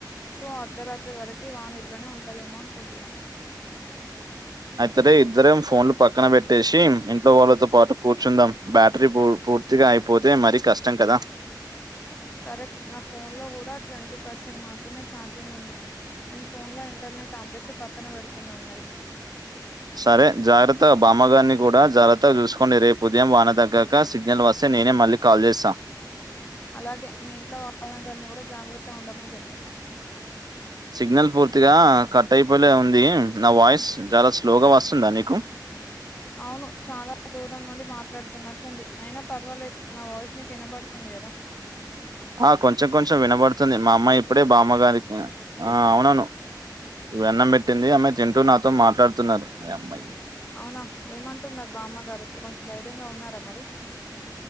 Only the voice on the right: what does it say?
ఇరే ఇద్దరం ఫోన్లు పక్కన పెట్టేసి ఇంట్లో వాళ్ళతో పాటు కూర్చుందాం బ్యాటరీ పూర్తిగా అయిపోతే మరీ కష్టం కదా
సరే జాగ్రత్త బామ్మగారిని కూడా జాగ్రత్తగా చూసుకోండి రేపు ఉదయం వాన తగ్గక సిగ్నల్ వస్తే నేనే మళ్ళీ కాల్ చేస్తా
సిగ్నల్ పూర్తిగా కట్ అయిపోలే ఉంది. నా వాయిస్ చాలా స్లోగా వస్తుందా నీకు
ఆ కొంచెం కొంచెం వినబడుతుంది మా అమ్మ ఇప్పుడే బామ్మగారికి ఆ అవునవును వెన్నం పెట్టింది అమ్మాయి తింటూ నాతో మాట్లాడుతున్నారు ఆ అమ్మాయి